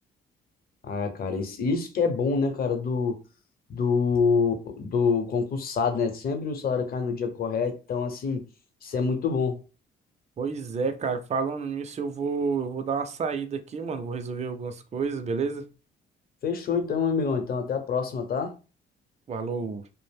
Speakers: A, on the left (about 50°); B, on the right (about 35°).
A: Ah, cara, isso, isso que é bom, né, cara, Do do, do concursado, né? Sempre o salário cai no dia correto. Então, assim, isso é muito bom.
B: Pois é, cara, falando nisso, eu vou eu vou dar uma saída aqui, mano, vou resolver algumas coisas, beleza?
A: Fechou então, meu amigão. Então, até a próxima, tá?
B: Falou.